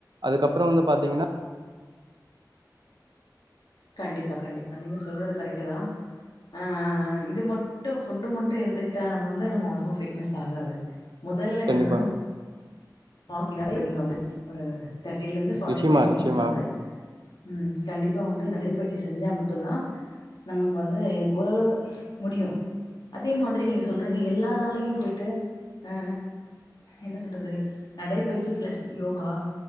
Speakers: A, on the right (about 80°); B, on the left (about 80°).
A: அதுக்கப்றோ வந்து பாத்தீங்கன்னா
B: கண்டிப்பா கண்டிப்பாக நீங்க சொல்றது கரெக்டு தா ஆ இது மட்டு ஃபுட்டு மட்டு எடுத்துக்கிட் நம்ப வந்து நம்ப உடம்பு பிட்னஸ் ஆகாது முதல்ல
A: கண்டிப்பா
B: என்னானா முட்ட வாக்கி நடை நீ நோக்கு ஒரு தேர்ட்டில இருந்து ஃபார்ட்டி
A: நிச்சயமா
B: பைவ் மினிட்ஸ்
A: நிச்சயமா
B: வந்து ம் கண்டிப்பா வந்து நடைபயிற்சி செஞ்சா மட்டுதா நமக்கு வந்து ஓரளவு முடியு அதே மாதிரி நீங்க சொல்றீங்க எல்லாராலையு போயிட்டு ஆ என்ன சொல்றது நடைபயிற்சி பிளஸ் யோகா